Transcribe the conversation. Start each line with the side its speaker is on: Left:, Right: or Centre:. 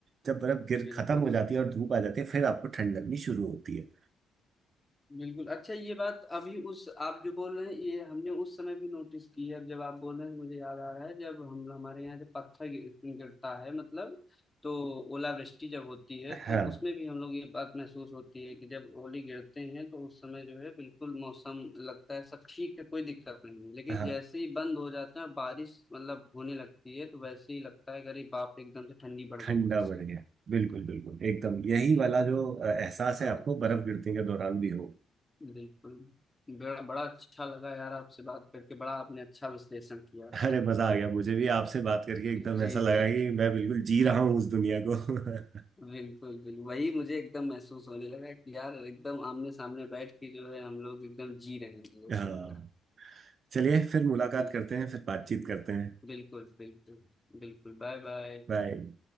Right: जब बर्फ गिर
Left: बिल्कुल
Right: खत्म हो जाती
Left: बिल्कुल
Right: है और धूप आ जाती है फिर आपको ठंड लगनी शुरू होती है
Left: बिल्कुल अच्छा ये बात अभी उस आप जो बोल रहे हैं ये हमने उस समय भी नोटिस की है अब जब आप बोल रहे हैं तो मुझे याद आ रहा है जब हम हमारे यहाँ जब पत्थर गिर- गिरता है मतलब तो ओलावृष्टि जब होती है
Right: हाँ
Left: तो उसमें भी हम लोग ये बात महसूस होती है कि जब ओले गिरते हैं तो उस समय जो है बिल्कुल मौसम लगता है सब ठीक है कोई दिक्कत नहीं है लेकिन
Right: हाँ
Left: जैसे ही बंद हो जाता है और बारिश मतलब होने लगती है तो वैसे ही लगता है कि अरे बाप रे, एकदम से ठंडी बढ़
Right: ठंडा
Left: गई कैसे
Right: बढ़ गया बिल्कुल बिल्कुल एकदम यही
Left: जी
Right: वाला
Left: जी
Right: जो अ, एहसास
Left: तो
Right: है आपको बर्फ गिरने के दौरान भी हो
Left: बिल्कुल बड़ा बड़ा अच्छा लगा यार आपसे बात करके बड़ा आपने अच्छा विश्लेषण किया
Right: अरे मजा आ गया मुझे भी आपसे बात करके एकदम
Left: जी
Right: ऐसा लगा
Left: जी
Right: कि मैं बिल्कुल जी रहा हूँ उस दुनिया को <laughs>
Left: बिल्कुल बिल्कुल वही मुझे एकदम महसूस होने लगा कि यार एकदम आमने सामने बैठ के जो है हम लोग एकदम जी रहे हैं ऐसा
Right: हाँ
Left: लग रहा
Right: चलिए फिर मुलाकात
Left: है। जी
Right: करते
Left: जी
Right: हैं फिर बातचीत करते हैं
Left: बिल्कुल बिल्कुल बिल्कुल बाय बाय
Right: बाय